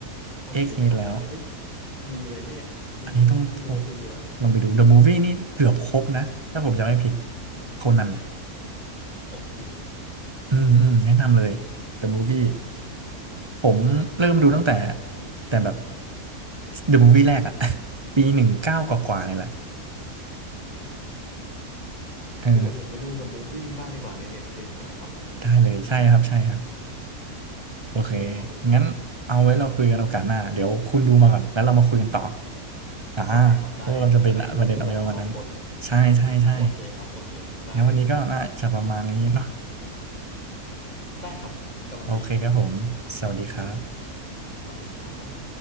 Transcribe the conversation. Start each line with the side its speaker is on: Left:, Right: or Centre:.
Left: โอเคครับโอเคเอ้ย
Right: เอ็กฮีทแล้ว
Left: ดีเลยเนี่ยมีที่ไว้ดูแล้ว
Right: อันนี้ต้องต้องลองไปดู The Movie นี่เกือบครบนะถ้าผมจำไม่ผิดโคนัน
Left: โอเค
Right: อืมอืมแนะนำเลย The Movie ผมเริ่มดูตั้งแต่
Left: ได้ครับได้
Right: แต่แบบ The Movie แรกอะ <laughs> ปีหนึ่งเก้ากว่าๆเนี่ยแหละเออ
Left: เอ้ยเดี๋ยวผมไปดู The Movie บ้างดีกว่าใน Netflix ใช่ไหมครับ
Right: ได้เลยใช่ครับใช่ครับโอเค
Left: โอเคครับโอเคเลย
Right: งั้นเอาไว้เราคุยกันโอกาสหน้าเดี๋ยวคุณดูมาก่อนแล้วเรามาคุยกันต่ออ่า
Left: ได้ครับได้จะได้รู้เรื่องกันทั้งสองคน
Right: ว่ามันจะเป็นประเด็นอะไรประมาณนั้นใช่ใช่ใช่
Left: โอเคครับโอเคได้เลย
Right: งั้นวันนี้ก็น่าจะประมาณนี้เนาะ
Left: ได้ครับกำลังดี
Right: โอเคครับผมสวัสดีครับ
Left: สวัสดีครับ